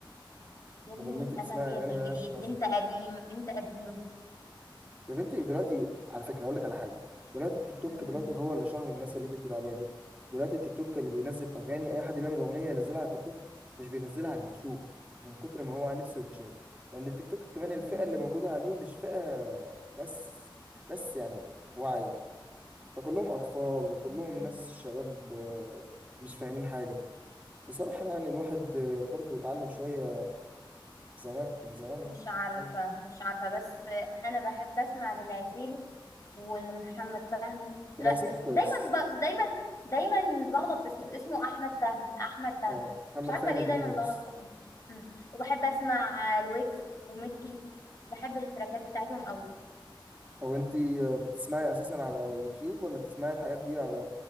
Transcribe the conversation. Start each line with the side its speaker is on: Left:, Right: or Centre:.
Left: يا ابني
Right: بدل ما انت تسمعي
Left: أنا ليا
Right: اغاني
Left: في الجديد
Right: ملهاش لازمه
Left: أنت قديم أنت قديم
Right: يا بنتي دلوقتي على فكره اقول لك على حاجه دلوقتي التيك توك
Left: أمم،
Right: دلوقتي هو اللي شهر الناس اللي انت بتقول عليها دي دلوقتي التيك توك اللي بينزل اغاني اي حد بيعمل اغنيه ينزلها على التيك توك مش بينزلها على اليوتيوب من كتر ما هو نفسه يتشال لان التيك توك كمان الفئه
Left: أمم،
Right: اللي موجوده عليه مش فئه ناس ناس يعني واعيه فكلهم اطفال وكلهم
Left: أمم.
Right: ناس شباب آه، مش فاهمين حاجه بصراحة يعني الواحد آه، برضه اتعلم شوية زمان من زمان
Left: مش عارفة
Right: يعني
Left: مش عارفة بس أنا بحب أسمع للعسيل ولمحمد فهمي
Right: والهسيلي
Left: لا
Right: كويس
Left: دايما ب... دايما دايما بغلط في اسمه اسمه أحمد فهمي أحمد فهمي
Right: آه، محمد
Left: مش عارفة
Right: فهمي
Left: ليه
Right: ده
Left: دايما
Right: الممثل
Left: بغلط في اسمه أمم. وبحب أسمع الويجز وميكي بحب التراكات بتاعتهم قوي
Right: هو انت بتسمعي اساسا على يوتيوب ولا بتسمعي الحاجات دي على